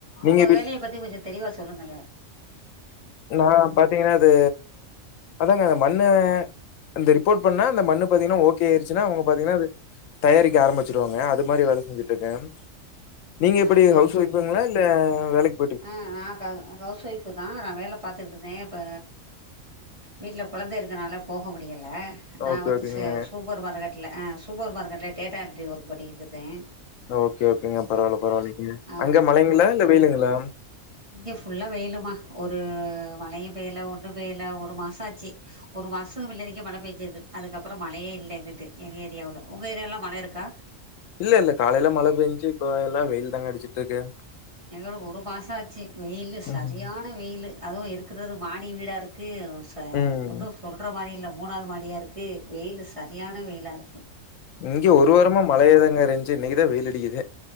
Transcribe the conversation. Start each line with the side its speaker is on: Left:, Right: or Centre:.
Left: நீங்க
Right: உங்க
Left: வி
Right: வேலய பத்தி கொஞ்சொ தெளிவா சொல்லுங்கள்லே
Left: நா பாத்தீங்கன்னா அது அதாங்க அந்த மண்ண இந்த ரிப்போட் பண்ணா அந்த மண்ணு பாத்தீங்கன்னா ஓகே ஆய்ருச்சுனா அவுங்க பாத்தீங்கன்னா அது தயாரிக்க ஆரம்மிச்சிருவாங்க அது மாரி வேல செஞ்சுட்ருக்கே நீங்க
Right: ஆ
Left: எப்டி
Right: சேரி
Left: ஹவுஸ் ஒய்ஃப்ஃபுங்ளா
Right: சேரி சேரி
Left: இல்ல வேலைக்
Right: ஆ நா க கவுஸ் ஒய்ஃப் புதா நா வேல பாத்துட்ருந்தே இப்ப வீட்ல கொழந்த இருக்கனால போக முடியல நா
Left: ஓகே,
Right: வந்து
Left: ஓகேங்க.
Right: சே சூப்பர் மாருக்கெ ட்ல ஆ சூப்பர் மார்க்கெட்ல டேட்டா எண்ட்ரி ஒர்க் பண்ணிட்ருந்தே
Left: ஓகே ஓகேங்க பரவால்ல பரவால்லிங்க
Right: ஆ
Left: அங்க மழைங்ளா இல்ல வெய்லுங்ளா
Right: இங்க ஃபுல்லா வெயிலுமா ஒரு மழயு பெய்ல ஒன்னு பெய்ல ஒரு மாசோ ஆச்சு ஒரு மாசோ புல்லரிக்க மழ பேஞ்சுது அதுக்கப்றோ மழயே இல்ல இங்கிட்டு எங்க ஏரியாவுல உங்க ஏரியால்லா மழருக்கா
Left: இல்லெல்ல காலைல மழ பேஞ்சு இப்பெல்லா வெயில் தாங்க அடிச்சிட்ருக்கு
Right: எங்களுக்கு ஒரு மாசோ ஆச்சி வெயிலு சரியா
Left: ம்
Right: ன வெயிலு அதுவு இருக்குறது மாடி வீடாருக்கு ச
Left: ம்
Right: ஒன்னு சொல்ற மாரி இல்ல மூனாவ்து மாடியாருக்கு வெயிலு சரியான வெயிலாருக்கு
Left: இங்க ஒரு வாரமா மழயாதாங்க இருன்ச்சு இன்னக்கிதா வெயிலடிக்கிது